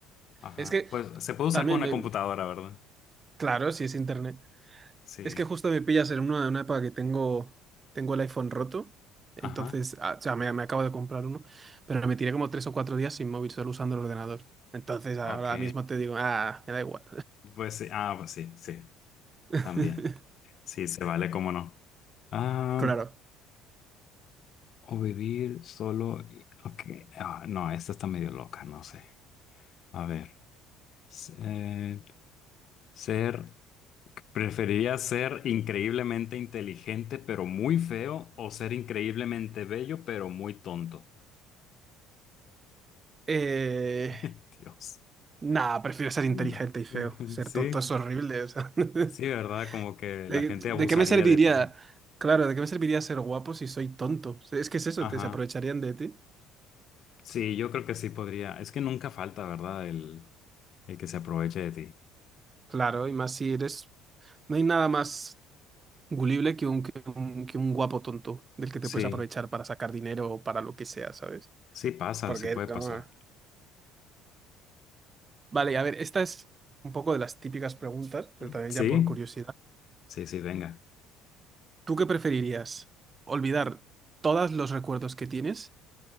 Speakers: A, on the left; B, on the right.
A: ajá.
B: Es que
A: Pues se puede usar
B: también
A: con una
B: me...
A: computadora, ¿verdad?
B: Claro, si es internet.
A: Sí,
B: Es que justo me pillas en una, en una época que tengo, tengo el iPhone roto. Entonces,
A: ajá.
B: ah, o sea, me, me acabo de comprar uno, pero me tiré como tres o cuatro días sin móvil, solo usando el ordenador. Entonces, ahora
A: Ok.
B: mismo te digo, ah, me da igual.
A: Pues sí, ah, pues sí, sí,
B: <laughs>
A: también. Sí, se vale, cómo no. Ah.
B: Claro.
A: O vivir solo. y- Ok. Ah, no, esta está medio loca, no sé. A ver. Ser, ser. ¿Preferirías ser increíblemente inteligente pero muy feo o ser increíblemente bello pero muy tonto?
B: Eh,
A: Dios.
B: nah, prefiero ser
A: Mm.
B: inteligente y feo.
A: <laughs>
B: Ser
A: Sí,
B: tonto es horrible. o sea. <laughs> ¿De,
A: sí, ¿verdad? Como que
B: de
A: la gente abusaría
B: qué me serviría?
A: de ti.
B: Claro, ¿de qué me serviría ser guapo si soy tonto? O sea, Es que es eso,
A: Ajá.
B: te se aprovecharían de ti.
A: Sí, yo creo que sí podría. Es que nunca falta, ¿verdad? El, el que se aproveche de ti.
B: Claro, y más si eres... No hay nada más Gulible que un, que un, que un guapo tonto del que te
A: Sí,
B: puedes aprovechar para sacar dinero o para lo que sea, ¿sabes?
A: sí pasa,
B: Porque...
A: sí puede
B: no-
A: pasar.
B: Vale, a ver, esta es un poco de las típicas preguntas, pero
A: Mm.
B: también
A: ¿Sí?
B: ya por curiosidad.
A: Sí, sí, venga.
B: ¿Tú qué preferirías? ¿Olvidar todos los recuerdos que tienes,